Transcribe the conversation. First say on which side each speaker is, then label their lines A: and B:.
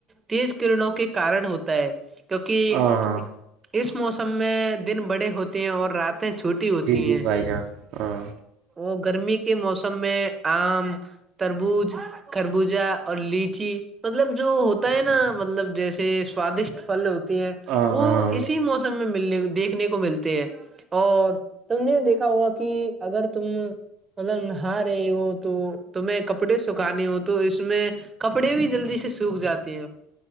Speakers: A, on the right (about 25°); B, on the right (about 60°).
A: تیز کررنوں کے کارن ہوتا ہے- کیونکہ
B: ہاں ہاں
A: اس موسم میں دن بڑے ہوتے ہیں اور راتیں چھوٹ- ہوتی
B: جی جی
A: ہیں
B: بھائی جان ہاں
A: وہ گرمی کے موسم میں آم تربوز خربوزہ اور لیچی مطلب جو ہوتا ہے نا مطلب جیسے- سوادیشٹ پھل ہیں
B: ہاں
A: وہ
B: ہاں
A: اسی
B: جی
A: موسم میں ملنے دیکھنے کو ملتے ہیں اور- تم نے دیکھا ہوا کہ اگر تم- مطلب نہا رہے وہ تو تمہیں کپڑے سکھانے ہو- تو اس میں کپڑے بھی جلدی سے سوکھ جاتے ہیں